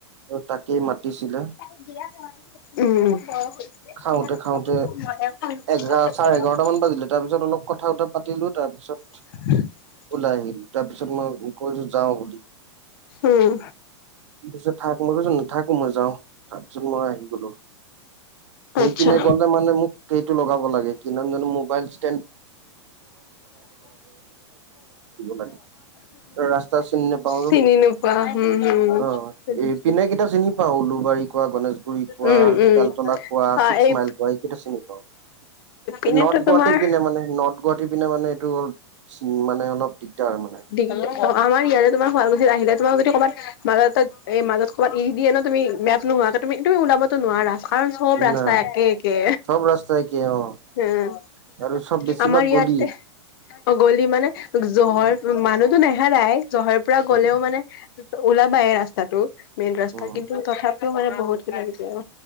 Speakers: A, on the right; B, on the left.
A: আৰু তাক কিছিলে
B: উ হৈছে
A: খাওঁতে খাওঁতে
B: ম
A: এঘাৰ চাৰে এঘাৰটা তাৰ পিছত অলপ কথা কথা পাতিলো তাৰপিছত
B: <inaudible>
A: ওলাই আহিল তাৰপিছত মই কৈছো যাওঁ বুলি ত
B: উম,
A: পিছত থাক মই কৈছো নাথাকো মই যাও তাৰপিছত মই আহি গলো <unintelligible> সেই
B: আচ্ছা।
A: পিনে গ'লে মানে মোক সেইটো লগাব লাগে কি মবাইল ষ্ট লাগে ৰাস্তা চিনি নাপাওঁ ন।
B: চিনি নোপোৱা উম উম
A: অ
B: স নিশ্চয়
A: এই পিনে কেইটা চিনি পাওঁ উলুবাৰী কোৱা গণেশগুৰি কোৱা
B: উম উম
A: বেলতলা কোৱা
B: অ
A: ছিক্স
B: এই
A: মাইল কোৱা এইকেইটা চিনি পাওঁ এই
B: এনেতো
A: নৰ্থ গুৱাহাটী
B: তোমাৰ
A: পিনে মানে নৰ্থ গুৱাহাটী পিনে মানে এইটো মানে অলপ দিগদাৰ মানে
B: দীঘল অ আমাৰ ইয়াতে তোৰ শুৱালকুছি আহিলে তোমাক যদি ক'ৰবাত মাজ এই মাজত ক'বাত ই দিয়ে ন তুমি নোহোৱাক তুমি তুমি ওলাবতো নোৱাৰা কাৰণ চব ৰাস্তা
A: না
B: একে একে
A: চব ৰাস্তা একে অ
B: উম
A: আৰু চব বেছিভাগ
B: আমাৰ
A: গলি
B: ইয়াতে অ গলি মানে জহৰ
A: উম
B: মানুহ টো নেহেৰায় জহাইৰ পৰা গ'লেও
A: উম
B: মানে ওলাবাই এই ৰাস্তাটো মেইন ৰাস্তা
A: উম
B: কিন্তু তথাপিও মানে বহুত কিবা কিবি